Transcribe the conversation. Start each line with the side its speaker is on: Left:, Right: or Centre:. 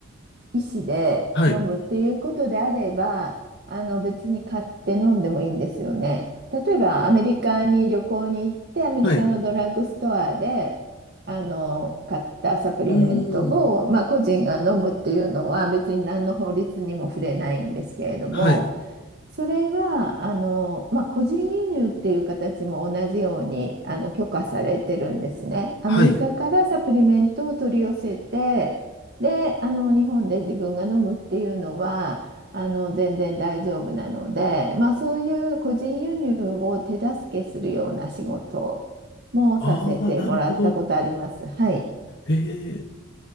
Right: 医師で飲むっていうことであれば、
Left: はい。
Right: あの別に買って飲んでもいいんですよね。例えばアメリカに旅行に行って、アメリカのドラッグストアであの買ったサプリメントを、
Left: はい。うーん。
Right: まあ、個人が飲むっていうのは別に何の法律にも触れないんですけれども、
Left: はい。
Right: それは、あの、まあ、個人輸入っていう形も同じように、あの、許可されてるんですね。アメリカからサプリメントを取り寄せて、
Left: はい。
Right: で、あの、日本で自分が飲むっていうのは、あの、全然大丈夫なので、まあ、そういう個人輸入を手助けするような仕事もさせてもらったことあります。
Left: ああ、なるほど。
Right: はい。
Left: ええ。